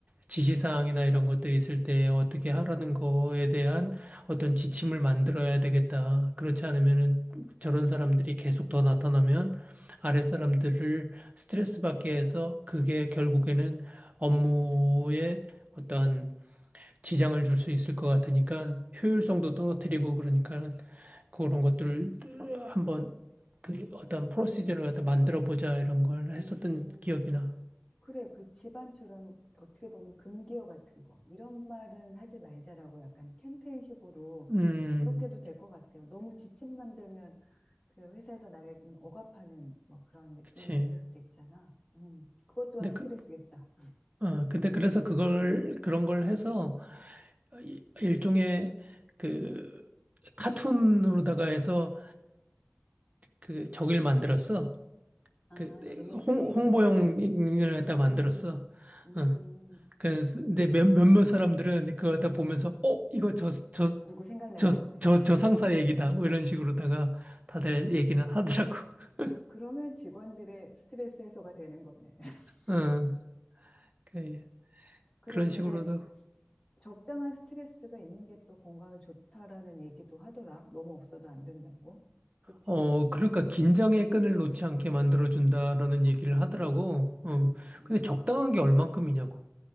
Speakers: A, on the right; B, on the left.
A: 지시사항이나 이런 것들이 있을 때 어떻게 하라는 거에 대한 어떤 지침을 만들어야 되겠다. 그렇지 않으면은 저런 사람들이 계속 더 나타나면 아랫 사람들을 스트레스 받게 해서 그게 결국에는 업무에 어떠한 지장을 줄 수 있을 것 같으니까 효율성도 떨어뜨리고 그러니까 그런 것들을 한번 그 어떤 프로시저를 갖다 만들어 보자 이런 걸 했었던
B: 음.
A: 기억이나.
B: 그래, 그 집안처럼 어떻게 보면 금기어 같은 거. 이런 말은 하지 말자라고 약간 캠페인식으로
A: 음,
B: 그렇게 도 될 것 같아요. 너무 지침 만들면 그 회사에서 나를 좀 억압하는 뭐 그런 느낌이
A: 그치.
B: 있을 수도 있잖아. 음, 그것 또한
A: 근데
B: 스트레스겠다.
A: 그, 어, 근데 그래서 그걸, 그런 걸 해서 이- 일종의 그 카툰으로다가 해서 그저를 만들었어.
B: 아,
A: 그
B: 재밌게.
A: 홍, 홍보용을
B: 어.
A: 갖다
B: 음,
A: 만들었어.
B: 음,
A: 어. 그래서 근데 몇, 몇몇 사람들은 그거 갖다 보면서 어, 이거 저, 저,
B: 누구 생각날
A: 저,
B: 것 같아.
A: 저, 저 상사 얘기다. 뭐 이런 식으로다가 다들 얘기는 하더라고. <laughs>
B: 그러면 직원들의 스트레스 해소가 되는 거네. <laughs>
A: 어. 그,
B: 그래,
A: 그런
B: 근데
A: 식으로도
B: 적당한 스트레스가 있는 게 또 건강에 좋다라는 얘기도 하더라. 너무 없어도 안 된다고. 그치?
A: 어, 그러니까 긴장의 끈을 놓지 않게 만들어준다라는
B: 적당히.
A: 얘기를 하더라고. 어,
B: 음, 음.
A: 근데 적당한 게 얼만큼이냐고.